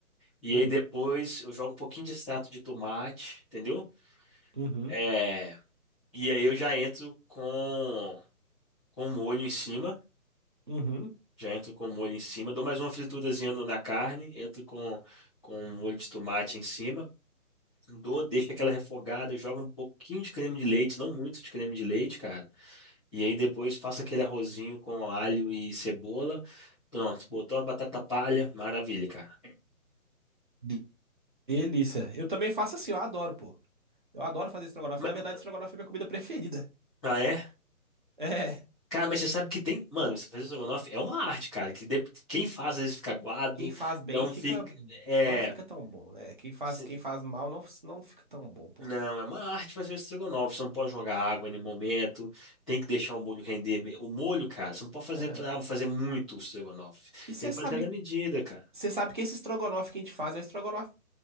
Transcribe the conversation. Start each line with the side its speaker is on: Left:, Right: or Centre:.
Centre: E
Right: hum,
Centre: aí depois eu jogo um pouquinho de extrato de tomate, entendeu?
Right: uhum,
Centre: É, e aí eu já entro com com molho em cima,
Right: uhum.
Centre: já entro com molho em cima, dou mais uma friturazinha no- na carne, entro com com molho de tomate em cima, dou, deixo aquela refogada, jogo um pouquinho de creme de leite, não muito de creme de leite, cara. E aí depois faço aquele arrozinho com alho e cebola. Pronto, botou a batata palha, maravilha, cara.
Right: De- Delícia. Eu também faço assim, eu adoro, pô. Eu adoro fazer estrogonofe.
Centre: Ma-
Right: Na
Centre: ma-
Right: verdade, estrogonofe é minha comida preferida. <laughs>
Centre: Ah, é?
Right: É,
Centre: Cara, mas você sabe que tem. Mano, você fazer estrogonofe é uma arte, cara. Que de- Quem faz às vezes fica aguado,
Right: quem faz bem
Centre: não
Right: fica,
Centre: fica. É.
Right: não fica tão bom, né? Quem faz,
Centre: Sim.
Right: quem faz mal não, não fica tão bom, pô.
Centre: Não, é uma arte fazer o estrogonofe. Você não pode jogar água em nenhum momento. Tem que deixar o molho render. me- O molho, cara, você não pode fazer
Right: Ah.
Centre: pra fazer muito o estrogonofe.
Right: E você
Centre: Tem que
Right: sabe,
Centre: fazer na medida, cara.
Right: você sabe que esse estrogonofe que a gente faz é o estrogonofe